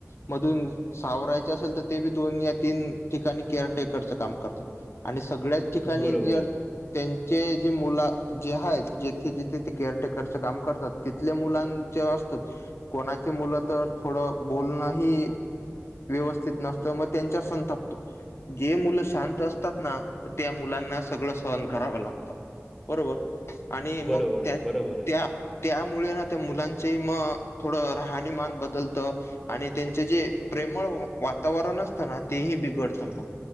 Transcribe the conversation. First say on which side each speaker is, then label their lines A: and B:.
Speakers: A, on the left; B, in the centre.
A: मधून सावरायचे असेल, तर ते बी दोन या तीन ठिकाणी केअर टेकरचं काम करतात. आणि सगळ्याच ठिकाणी
B: बरोबर
A: जर,
B: आहे
A: त्यांचे जे मुला जे हायेत, जेथे जिथे ते केअरटेकरच काम करतात, तिथल्या मुलांचे असतात. कोणाची मुलं तर थोडं बोलणंही व्यवस्थित नसतं, मग त्यांच्या संतापतो. जे मुलं शांत असतात ना, म त्या मुलांना सगळं सहन करावं लागतं. बरोबर आणि मग
B: बरोबर
A: त्या
B: आहे बरोबर आहे
A: त्या त्यामुळे ना, त्या मुलांचेही मग थोडं राहणीमान बद्दलत. आणि त्यांचे जे प्रेमळ वातावरण असतं ना, तेही बिघडतं मग.